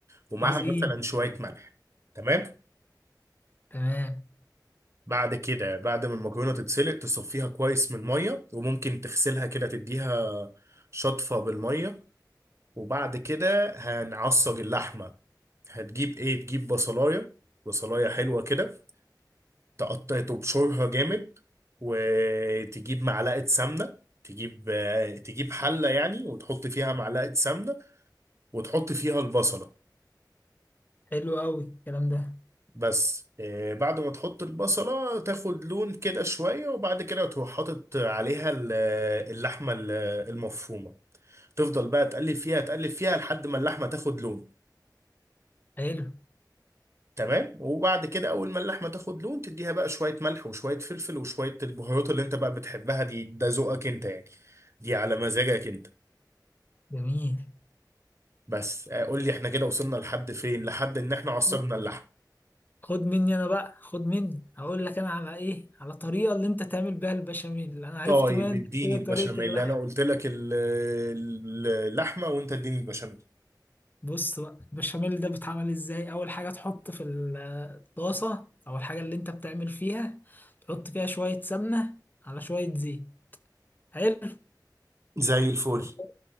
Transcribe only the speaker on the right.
ومعها
مثلا شوية ملح تمام
بعد كده بعد ما المكرونه تتسلق تصفيها كويس من الميه وممكن تغسلها كده تديها شطفه بالميه وبعد كده هنعصج اللحمه هتجيب ايه تجيب بصلايه بصلايه حلوه كده تقطع تبشرها جامد وتجيب معلقه سمنه تجيب آه، تجيب حله يعني وتحط فيها معلقه سمنه وتحط فيها البصله
بس آه، بعد ما تحط البصلة تاخد لون كده شوية وبعد كده تروح حاطط عليها ال- آه، اللحمة ال- آه، المفرومة تفضل بقى تقلب فيها تقلب فيها لحد ما اللحمة تاخد لون
تمام وبعد كده أول ما اللحمة تاخد لون تديها بقى شوية ملح وشوية فلفل وشوية البهارات اللي أنت بقى بتحبها دي ده ذوقك أنت يعني دي على مزاجك أنت
بس آه، قول لي إحنا كده وصلنا لحد فين لحد إن إحنا عصرنا
اللحمة
طيب
اديني
البشاميل
انا قلت لك ال- آه، ال- اللحمه وانت اديني البشاميل
زي الفل